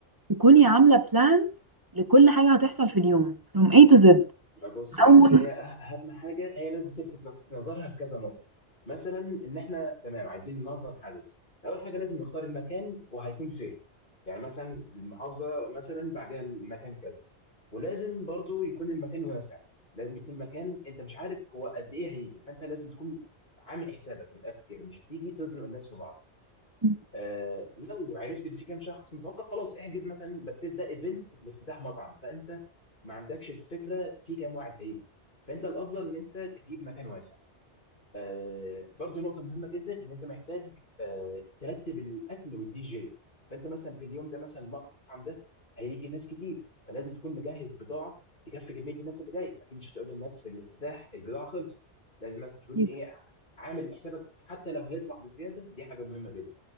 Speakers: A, on the right; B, on the left.
A: تكوني عاملة بلان لكل حاجة هتحصل في اليوم from A to Z
B: ما بص بقى
A: أول
B: هي أه-، اهم حاجه هي لازم تلفت نص- نظرها لكذا نقطه مثلا ان احنا تمام عايزين ننظم حدث اول حاجه لازم نختار المكان وهيكون فين يعني مثلا المحافظه مثلا بعدها المكان كذا ولازم برضو يكون المكان واسع لازم يكون مكان انت مش عارف هو قد ايه هيجي فانت لازم تكون عامل حسابك من الاخر كده مش هتيجي تزنق الناس في بعض
A: مم.
B: آه لو عرفت ان في كام شخص متوقع خلاص احجز مثلا بس ده ايفنت لافتتاح مطعم فانت ما عندكش الفكره في كام واحد هيجي فانت الافضل ان انت تجيب مكان واسع آه برضو نقطه مهمه جدا ان انت محتاج آه ترتب الاكل والدي جي فانت مثلا في اليوم ده مثلا المطعم ده هيجي ناس كتير فلازم تكون مجهز بضاعه تكفي كميه الناس اللي جايه اكيد مش هتقول للناس في الافتتاح البضاعه خلصت لازم مثلا تكون
A: أكيد.
B: ايه عامل حسابك حتى لو هيطلع بزياده دي حاجه مهمه جدا